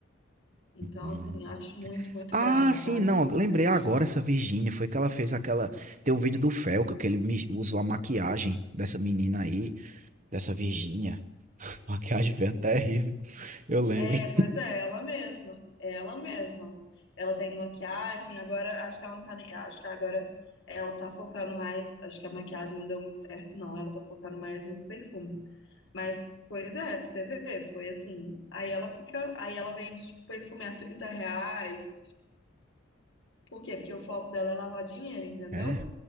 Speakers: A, on the left (about 75°); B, on the right (about 40°).
A: Então,
B: Uhum.
A: assim, acho muito, muito
B: Ah,
A: grave,
B: sim,
A: sabe?
B: não.
A: Muito
B: Lembrei
A: triste.
B: agora essa Virgínia. Foi que ela fez aquela. Tem o vídeo do Felca, que ele me- usou a maquiagem dessa menina aí, dessa Virgínia. <laughs> Maquiagem veio até horrível. Eu lembro.
A: É, pois é, ela mesma, ela mesma. Ela tem maquiagem, agora acho que ela não tá nem, acho que agora ela tá focando mais, acho que a maquiagem não deu muito certo não, ela tá focando mais nos perfumes. Mas, pois é, pra você ver, foi assim. Aí ela fica, aí ela vende tipo perfume a 30 reais. Por quê? Porque o foco dela é lavar dinheiro, entendeu?
B: É.